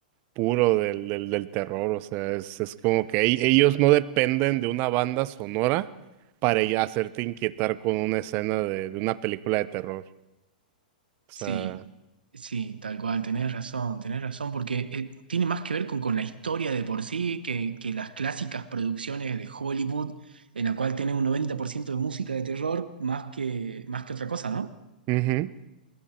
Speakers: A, on the right; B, on the right.
A: puro del, del, del terror, o sea, es, es como que e- ellos no dependen de una banda sonora para ya hacerte inquietar con una escena de, de una película de terror, o sea,
B: Sí, sí, tal cual, tenés razón, tenés razón, porque eh, tiene más que ver con, con la historia de por sí que, que las clásicas producciones de Hollywood, en la cual tenés un 90% de música de terror más que, más que otra cosa, ¿no?
A: ujú,